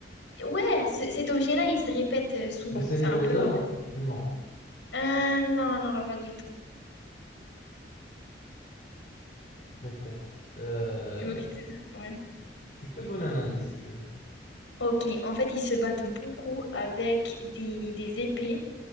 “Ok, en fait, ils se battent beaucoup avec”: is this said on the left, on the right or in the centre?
Left